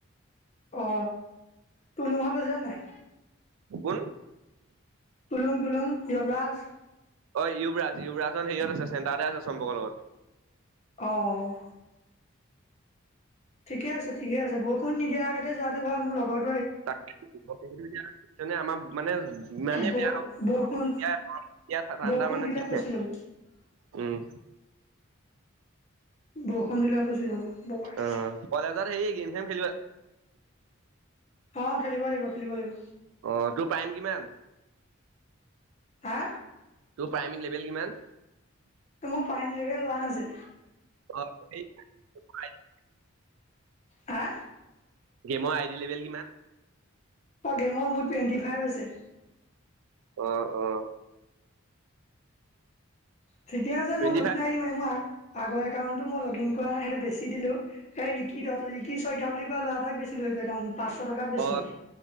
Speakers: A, on the left (about 30°); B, on the right (about 75°).
A: অ তুলুম হত আছে নাই
B: কোন?
A: তুলুং তুলুং য়বৰাজ
B: অ য়ুৱৰাজ য়ুৱৰাজ চোন হেৰিয়ত আছে চেণ্টাৰতে আছে চম্পকৰ লগত।
A: অহ ঠিকে আছে ঠিকে আছে বৰষুণৰ নিদিয়া আগতে যোৱাটো ভাল মোৰ লগত
B: তাকেহে দিব লাগিব তুমিটো এতিয়া মানে আমাৰ মানে ইমানে
A: ব
B: বেয়া
A: বৰষুণ
B: ই ঠাণ্ডা
A: বৰষুণ
B: মানে
A: দিলে
B: ঠিক
A: ফচি
B: নাই
A: যাব
B: উম!
A: বৰষুণ দিলে পচি যাব ববাই থৈছে
B: অ কলেজত সেই গেম চেম খেলিব
A: অ খেলিব লাগিব, খেলিব লাগিব।
B: অ তোৰ টাইম কিমান
A: হা
B: তোৰ প্ৰাইমেৰী লেভেল কিমান
A: মোৰ পাইমেলি লোৱা নাছে
B: হয়ঠ <unintelligible>
A: হা
B: গেমৰ আই ডি লেভেল কিমান?
A: অ গেমৰ মোৰো টুৱেণ্টি ফাইভ আছে
B: অ অ
A: ঠিকে হৈছে
B: টুৱেণ্টি
A: মই নতুন
B: ফাইভ
A: আহি দিম এই মোৰ আগৰ একাউণ্টটো মই লগ ইন কৰা নাই সেইটো বেছি দিলোঁ এই ঋকি দ ঋকি শইকীয়া বুলি কোৱা ল'ৰা এটাক দিছিলো সেইটো একাউণ্ট। পাঁচশ টকাত বেছিলোঁ
B: অ'